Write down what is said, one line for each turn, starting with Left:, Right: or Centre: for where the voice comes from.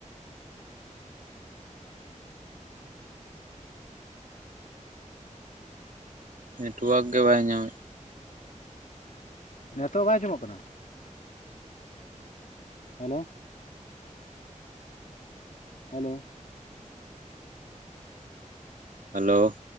Right: ᱱᱮᱴᱚᱣᱟᱨᱠ ᱜᱮ ᱵᱟᱭ ᱧᱟᱢᱮᱜ᱾
Left: ᱱᱤᱛᱚᱜ ᱵᱟᱭ ᱟᱸᱡᱚᱢᱚᱜ ᱠᱟᱱᱟ? Hello hello
Right: hello